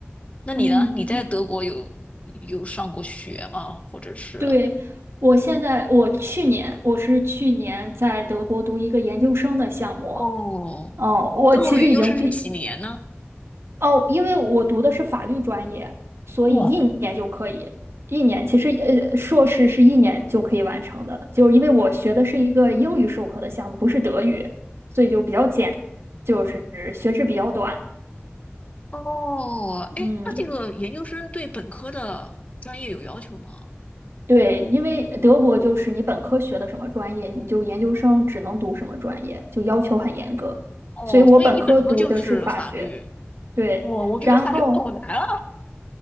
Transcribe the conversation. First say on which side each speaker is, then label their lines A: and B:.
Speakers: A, on the left; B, on the right.
A: 那你呢？
B: 嗯，
A: 你在德国有有上过学吗？或者是
B: 对，我现在，我去年，我是去年在德国读一个研究生的项目，
A: 哦，
B: 哦，我其实已经毕，
A: 德国的研究生是几年呢？
B: 哦，因为我读的是法律专业，所以一年就可以，
A: 哇，
B: 一年，其实呃，硕士是一年就可以完成的，就是因为我学的是一个英语授课的项目，不是德语，所以就比较简，就是学制比较短，
A: 哦，哎，
B: 嗯。
A: 那这个研究生对本科的专业有要求吗？
B: 对，因为德国就是你本科学的什么专业，你就研究生只能读什么专业，就要求很严格。
A: 哦，
B: 所以我本科读的是法学，
A: 所以你本科就是法律。
B: 对，
A: 哦，我觉得法律好难啊，
B: 然后，